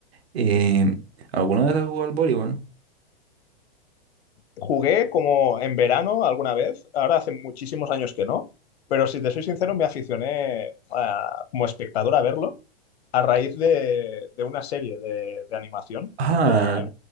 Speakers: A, on the right; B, on the left.
A: Eh, ¿alguna vez has jugado al voleibol?
B: Jugué como en verano alguna vez, ahora hace muchísimos años que no, pero si te soy sincero, me aficioné a- como espectador a verlo a raíz de, de una serie de, de animación
A: Ah,
B: que